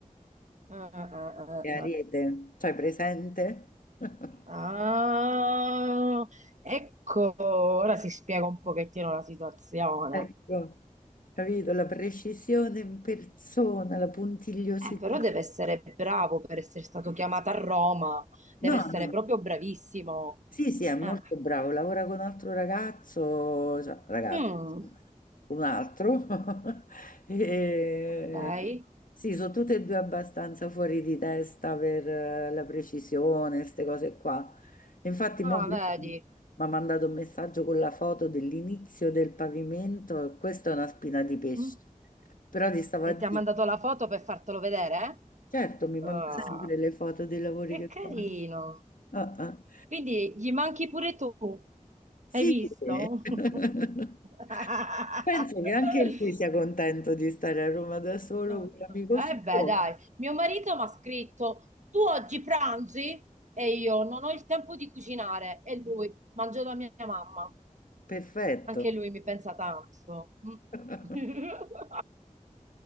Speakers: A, on the right; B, on the left.
A: Eh, eh, eh,
B: è a rete,
A: eh.
B: cioè presente? <laughs>
A: Ah, ecco, ora si spiega un pochettino la situazione.
B: Ecco, capito? La precisione in persona, la puntigliosità.
A: Eh, però deve essere bravo per essere stato chiamato a Roma, deve
B: No,
A: essere
B: no.
A: proprio bravissimo.
B: Sì, sì, è molto
A: Eh,
B: bravo, lavora con un altro ragazzo, cioè, ragazzo,
A: mm,
B: un altro. <laughs> E-
A: ok.
B: Sì, sono tutte e due abbastanza fuori di testa per eh, la precisione, queste cose qua. E Infatti,
A: Ah,
B: mo prima
A: vedi.
B: mi ha mandato un messaggio con la foto dell'inizio del pavimento, questa è una spina di pesce.
A: Mm.
B: Però ti stavo
A: E
B: a dire,
A: ti ha mandato la foto per fartelo vedere?
B: certo, mi
A: eh?
B: manda
A: Ah,
B: sempre le foto dei lavori
A: che
B: che
A: carino.
B: fa. Ah, ah.
A: Quindi gli manchi pure tu,
B: Sì.
A: hai visto?
B: sì. <laughs>
A: <laughs>
B: Penso che anche lui sia contento di stare a Roma da solo
A: Eh
B: con l'amico suo.
A: beh, dai, mio marito mi ha scritto, tu oggi pranzi? E io non ho il tempo di cucinare. E lui, mangio da mia mamma.
B: Perfetto.
A: Anche lui mi pensa tanto. Mm.
B: <laughs>
A: <laughs>